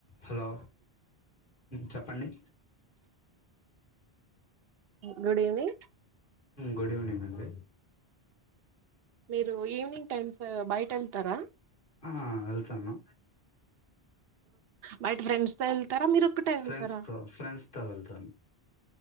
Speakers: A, on the left; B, on the right.
A: హలో చెప్పండి
B: గుడ్ ఈవినింగ్
A: గుడ్ ఈవినింగ్ అండి
B: మీరు ఈవినింగ్ టైమ్స్ బయట వెళ్తారా
A: ఆ వెళ్తాను
B: బయట ఫ్రెండ్స్ తో వెళ్తారా మీరు ఒక్కటే వెళ్తారా
A: ఫ్రెండ్స్ తో ఫ్రెండ్స్ తో వెళ్తాను